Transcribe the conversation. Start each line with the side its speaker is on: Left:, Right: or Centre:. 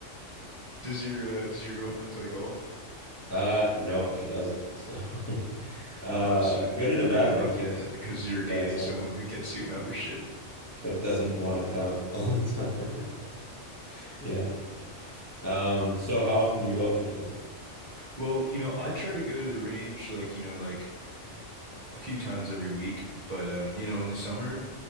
Right: does your uh, does your girlfriend play golf?
Left: Uh, no, she doesn't. So, <laughs> uh,
Right: Oh, so
Left: good
Right: you're
Left: and a
Right: really
Left: bad
Right: lucky
Left: thing, because
Right: then, because you're
Left: yeah,
Right: dating
Left: exactly.
Right: someone who gets you a membership.
Left: But doesn't want to come <laughs> all the time. <laughs> Yeah. Um, so how often do you golf usually?
Right: Well, you know, I try to go to the range like, you know, like a few times every week, but um, you know, in the summer,